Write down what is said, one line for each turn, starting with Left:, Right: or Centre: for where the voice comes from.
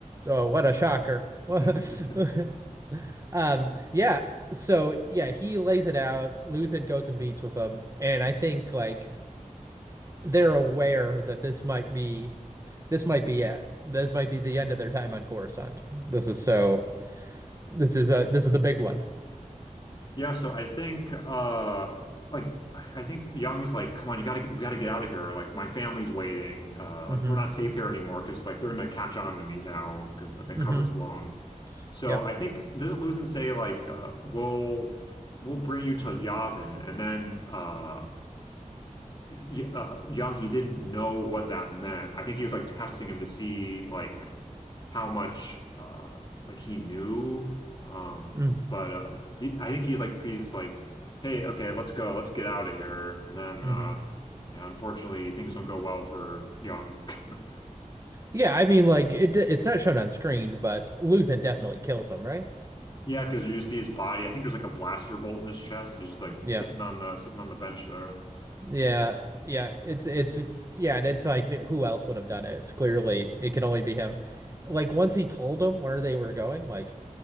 Right: Oh, what a shocker. <laughs>
Left: <laughs>
Right: Um, yeah. So yeah, he lays it out. Luthen goes and meets with him, and I think like they're aware that this might be this might be it. This might be the end of their time on Coruscant. This is so. This is a. this is the big one.
Left: Yeah, so I think uh like I think Young's like, come on, you gotta get, we gotta get out of here. Like my family's waiting. Uh
Right: Mm-hmm.
Left: like we're not safe here anymore because like they're gonna catch on to me now because my
Right: Mm-hmm.
Left: cover's blown. So
Right: Yep.
Left: I think doesn't Luthen say like uh we'll we'll bring you to Yavin and then uh, y uh Young he didn't know what that meant. I think he was like testing him to see like how much uh like he knew. Um
Right: Mm-hmm.
Left: but uh he I think he's like he's like, hey, okay, let's go, let's get out of here. And then uh
Right: Mm-hmm.
Left: yeah, unfortunately things don't go well for Young. <laughs>
Right: Yeah, I mean, like it, it's not shown on screen, but Luthen definitely kills him, right?
Left: Yeah, because you just see his body. I think there's like a blaster bolt in his chest. He's just like
Right: Yeah,
Left: sitting on the sitting on the bench there.
Right: yeah, yeah. It's it's yeah, and it's like who else would have done it? It's clearly it can only be him. Like once he told him where they were going, like